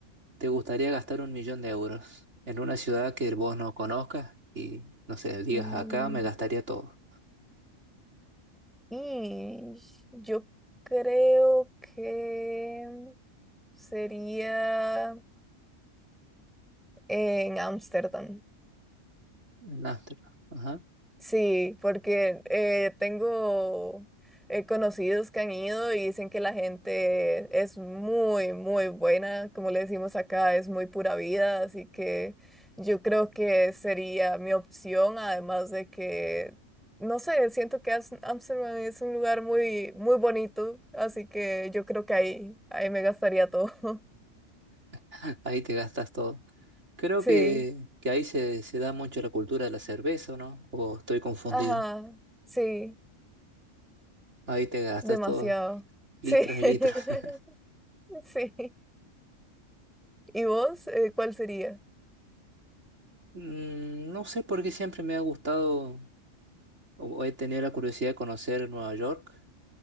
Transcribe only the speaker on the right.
te gustaría gastar un millón de euros? En una ciudad que vos no conozcas y, no sé, digas
acá me gastaría todo.
En Ámsterdam. Ajá.
<laughs> Ahí te gastas todo. Creo
que, que ahí se, se da mucho la cultura de la cerveza, ¿o ¿no? ¿O estoy confundido?
Ahí te gastas
todos litros
y
litros. <laughs>
Mm, No sé por qué siempre me ha gustado o o he tenido la curiosidad de conocer Nueva York.